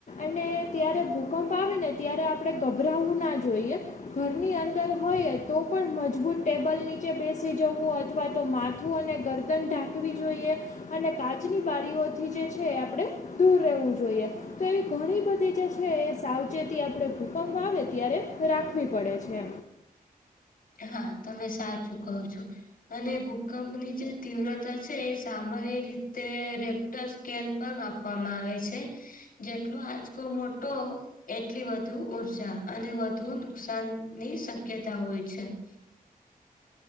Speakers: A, on the left (about 55°); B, on the left (about 70°).
A: અને ત્યારે ભૂકંપ આવે ને ત્યારે આપણે ગભરાવું ના જોઈએ. ઘરની અંદર હોય તો પણ મજબૂત ટેબલ નીચે બેસી જવું અથવા તો મા થું અને ગરદન ઢાખવી જોયે. અને કાચની બારીઓથી જે છે એ આપણેે દૂર રહેવું જોઈએ. તો એવી ઘણી બધી જે છે એ સાવચેતી આપણે ભૂકંપ આવે ત્યારે રાખવી પડે છે.
B: હા તમે સાચું કહો છો. અને ભૂકંપની જે તીવ્રતા છે એ સામાન્ય રીતે સ્કેલ પર માપવામાં આવે છે જેટલો આચકો મોટો એટલી વધુ ઊર્જા અને વધુ નુકસાનની શક્યતા હોય છે. <inaudible>